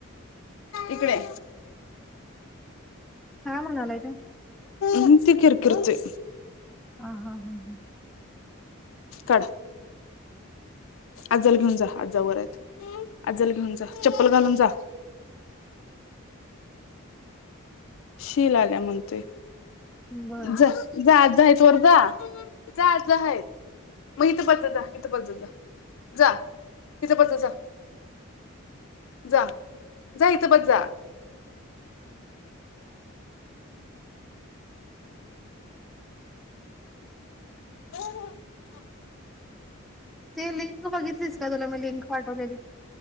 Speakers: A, on the left (about 70°); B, in the centre.
A: इकडे.
B: काय म्हणालाय त्यो?
A: निस्त किरकिरतय.
B: हा हा हम्म हम्म.
A: काड. अजाल घेऊन जा. आजावरेत. आजाला घेऊन जा. चप्पल घालून जा. शीला आल्या म्हणतोय.
B: बर
A: जा. जा आजा हायेत वर जा. जा आज हायेत. मग इथ बस जा. इथ बस जा जा. जा. इथं बसजा जा. जा जा इथं बस जा.
B: <unintelligible>
A: हो हो हा.
B: ते लिंक बघितलीस का? तुला मी लिंक पाठवलेली.